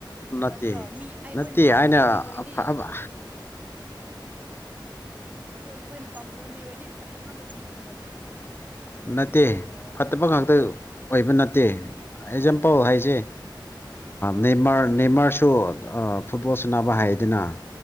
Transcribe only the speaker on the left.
ꯅꯠꯇꯦ
ꯅꯠꯇꯦ
ꯑꯅ
ꯑꯐꯕ
ꯅꯠꯇꯦ
ꯐꯠꯇꯕ ꯉꯥꯛꯇ ꯑꯣꯏꯕ ꯅꯠꯇꯦ ꯑꯦꯛꯖꯥꯝꯄꯜ ꯍꯥꯏꯁꯦ ꯅꯃꯔ ꯅꯅꯤꯃꯔꯁꯨ ꯐꯨꯠꯕꯣꯜ ꯁꯅꯕ ꯍꯥꯏꯌꯦꯗꯅ